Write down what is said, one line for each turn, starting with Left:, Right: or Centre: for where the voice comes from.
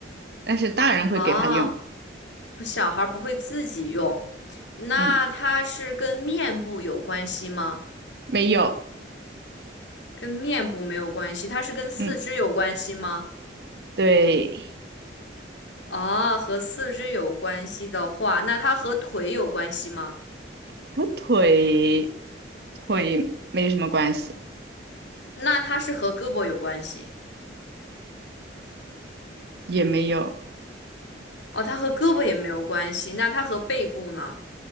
Right: 但是大人会给他用。
Left: 啊。小孩儿不会自己用，那它是跟面部有关系吗？
Right: 嗯，没有。
Left: 跟面部没有关系，它是跟四肢有关系吗？
Right: 嗯，对，
Left: 哦，和四肢有关系的话，那它和腿有关系吗？
Right: 和腿腿没什么关系，
Left: 那它是和胳膊有关系。
Right: 也没有，
Left: 哦，它和胳膊也没有关系，那它和背部呢？